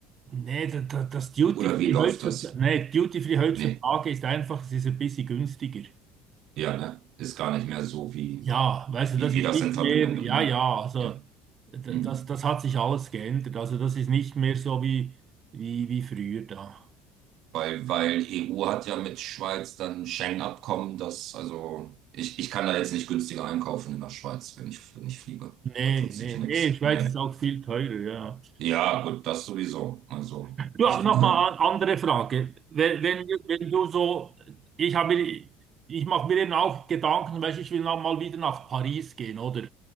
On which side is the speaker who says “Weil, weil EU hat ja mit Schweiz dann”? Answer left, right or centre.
Right